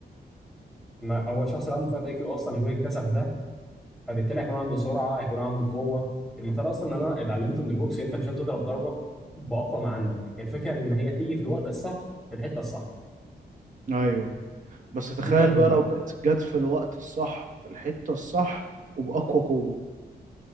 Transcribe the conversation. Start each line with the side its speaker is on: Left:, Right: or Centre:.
Centre: ما هو الشخص اللي عنده فائق اي كيو اصلا هيكون اكتسب ده فبالتالي هيكون عنده سرعه هيكون عنده قوه المثال اصلا ان انا اتعلمته من البوكس انت مش هتضرب ضربه باقوى ما عندك هي الفكره ان هي تيجي في الوقت الصح في الحته الصح
Right: ايوه بس تخيل
Centre: دي بتعمل
Right: بقى
Centre: نوك
Right: لو
Centre: اوت
Right: جت جت في الوقت الصح في الحتة الصح وبأقوى قوة